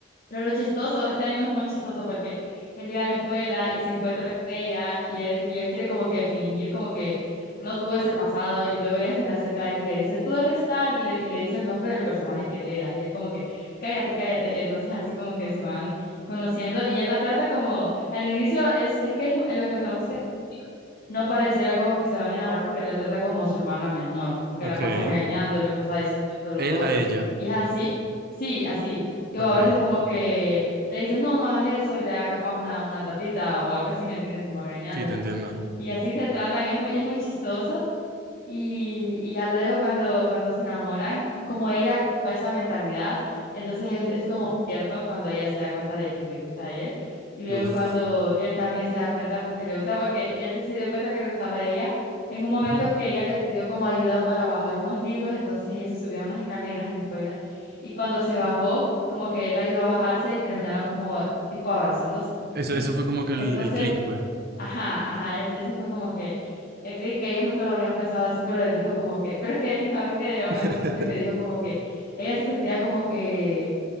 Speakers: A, on the left (about 50°); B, on the right (about 55°).
A: Pero lo chistoso, este anime es muy chistoso porque él llega a la escuela y se encuentra con ella y él, y él quiere como que fingir como que no tuvo ese pasado y luego ella se le acerca a él y le dice, tú eres tal y le, y le dice el nombre del personaje que él era y él como que, cállate, cállate. y entonces así como que se van conociendo y él la trata como, al inicio es, es que es lo que me gusta, no pareciera como que se van a enamorar porque le trata como su hermana menor, que
B: ok.
A: la pasa regañando, le pasa diciendo esto, lo
B: Él
A: otro
B: a ella.
A: y es así. Sí, así. Y
B: Ok,
A: o a veces como que le dicen, no, no hagas eso, y le da capaz una, una tapita o algo así, ¿me entiendes? Como regañándola.
B: sí, te entiendo.
A: Y así se tratan, es muy, es muy chistoso. Y, y ya luego cuando, cuando se enamoran, como ella tiene esa mentalidad, entonces es, es como muy tierno cuando ella se da cuenta de que le gusta a él. Y luego
B: Ujú, Uf.
A: cuando él también se da cuenta, pues que le gusta, porque él se dio cuenta que le gustaba a ella en un momento
B: ujú.
A: que ella le pidió como ayuda para bajar unos libros, entonces ella se subió a unas escaleras en la escuela. Y cuando se bajó, como que él la ayudó a bajarse y terminaron como tipo abrazándose, ¿sí?
B: Eso, eso fue como que
A: Entonces...
B: el, el click, pues.
A: Ajá, ajá, es- ese fue como que el clic que ellos nunca lo habían pensado así, pero él dijo como que, pero es que él dijo algo que de verdad
B: <laughs>
A: me gustó mucho, que dijo como que ella se sentía como que